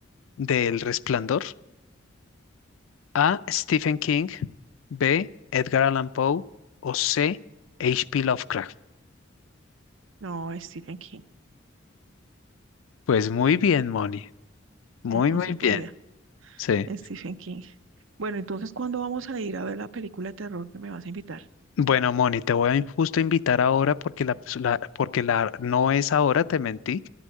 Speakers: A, on the left; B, on the right.
A: del Resplandor? A. Stephen King, B. Edgar Allan Poe o C. H.P. Lovecraft.
B: No, Stephen King.
A: Pues muy bien, Moni. Muy,
B: eh, con
A: muy
B: seguridad.
A: bien. Sí.
B: Stephen King. Bueno, entonces, ¿cuándo vamos a ir a ver la película de terror que me vas a invitar?
A: Bueno, Moni, te voy a in- justo invitar ahora porque la, pues, la- porque la no es ahora, te mentí,